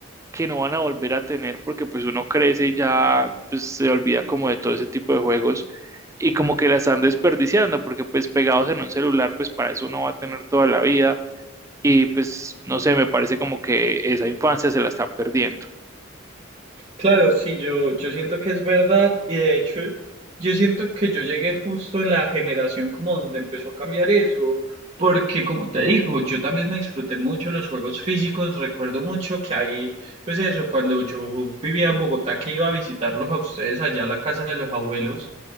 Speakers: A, on the right (about 15°); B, on the right (about 35°).
A: que no van a volver a tener porque pues uno crece y ya pues, se olvida como de todo ese tipo de juegos y como que la están desperdiciando porque pues pegados en un celular pues para eso uno va a tener toda la vida y pues, no sé, me parece como que esa infancia se la están perdiendo.
B: Claro, sí, yo, yo siento que es verdad y de hecho yo siento que yo llegué justo en la generación como donde empezó a cambiar eso, porque como te digo, yo también me disfruté mucho los juegos físicos, recuerdo mucho que ahí, pues eso, cuando yo vivía en Bogotá que iba a visitarlos a ustedes allá a la casa de los abuelos,